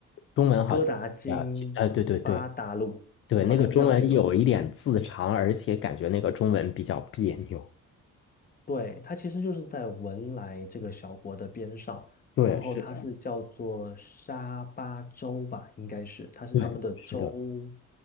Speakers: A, on the left; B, on the left.
A: 中文好像啊，
B: 哥达金巴达鲁，
A: 呃，对对对对，
B: 好像是叫这个。
A: 那个中文有一点字长，而且感觉那个中文比较别扭。
B: 对，它其实就是在文莱这个小国的边上，
A: 对，
B: 然后它是叫做沙巴州吧，
A: 是的，
B: 应该是，它是他们的州
A: 对，是的。